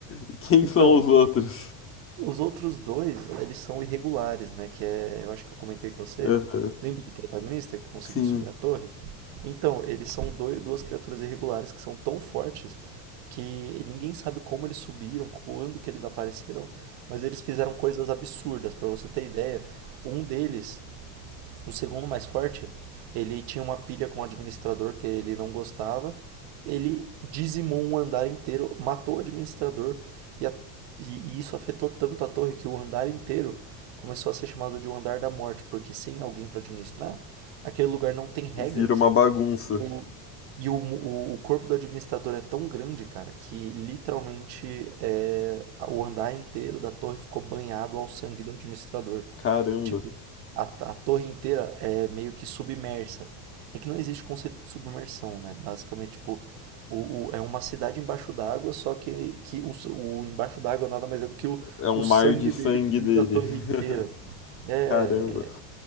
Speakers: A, on the left; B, on the right.
A: E Quem
B: Então,
A: são os outros?
B: Os outros dois, eles são irregulares, né? Que é, eu acho que eu comentei com você.
A: Aham.
B: Lembra do protagonista que conseguiu
A: Sim,
B: subir a torre? Então, eles são dois, duas criaturas irregulares que são tão fortes que ninguém sabe como eles subiram, quando que eles apareceram, mas eles fizeram coisas absurdas. Pra você ter ideia, um deles o segundo mais forte, ele tinha uma pilha com o administrador que ele não gostava. Ele dizimou um andar inteiro, matou o administrador e, a- e- e isso afetou tanto a torre que o andar inteiro começou a ser chamado de o andar da morte, porque sem alguém para administrar, aquele lugar não tem regras.
A: vira uma bagunça.
B: E o, e o, o- o corpo do administrador é tão grande, cara, que literalmente é, o andar inteiro da torre ficou banhado ao sangue do administrador.
A: Caramba.
B: Tipo, a, a torre inteira é meio que submersa. É que não existe conceito de submersão, né? Basicamente, tipo, o, o- é uma cidade embaixo d'água, só que, que o, s- o embaixo d'água nada mais é do que o,
A: É um
B: o sangue
A: mar de sangue
B: dele cobrindo
A: dele.
B: a torre inteira.
A: <laughs>
B: É.
A: Caramba.